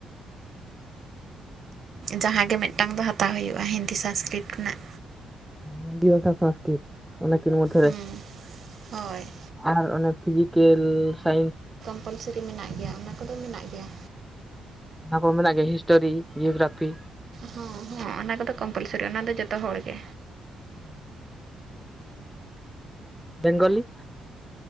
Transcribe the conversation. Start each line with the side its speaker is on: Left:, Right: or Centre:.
Right: ᱡᱟᱦᱟᱸᱜᱮ ᱢᱤᱫᱴᱟᱱ ᱫᱚ ᱦᱟᱛᱟᱣ ᱦᱩᱭᱩᱜᱼᱟ ᱦᱤᱱᱫᱤ ᱥᱚᱝᱥᱠᱨᱤᱛ ᱠᱷᱚᱱᱟᱜ
Centre: ᱦᱤᱱᱫᱤ ᱵᱟᱠᱷᱟᱱ ᱥᱟᱝᱥᱠᱨᱤᱛ ᱚᱱᱟ ᱠᱱᱤᱨ ᱢᱚᱫᱷᱮ
Right: ᱦᱮᱸ
Centre: ᱨᱮ
Right: ᱦᱳᱭ
Centre: ᱟᱨ ᱚᱱᱮ ᱯᱷᱤᱡᱤᱠᱮᱞ ᱥᱟᱭᱮᱱᱥᱼᱼ
Right: ᱠᱚᱢᱯᱟᱞᱥᱨᱤ ᱢᱮᱱᱟᱜ ᱜᱮᱭᱟ ᱚᱱᱟ ᱠᱚᱫᱚ ᱢᱮᱱᱟᱜ ᱜᱮᱭᱟ᱾
Centre: ᱚᱱᱟ ᱠᱚ ᱢᱮᱱᱟᱜ ᱜᱮᱭᱟ ᱦᱤᱥᱴᱳᱨᱤ ᱡᱤᱭᱳᱜᱨᱟᱯᱷᱤ᱾
Right: ᱦᱚᱸ ᱦᱚᱸ ᱚᱱᱟ ᱠᱚᱫᱚ ᱠᱚᱢᱯᱟᱞ ᱥᱟᱨᱤ ᱚᱱᱟ ᱫᱚ ᱡᱚᱛᱚ ᱦᱚᱲ ᱜᱮ᱾
Centre: <inaudible> ᱵᱮᱝᱜᱚᱞᱤᱼᱼ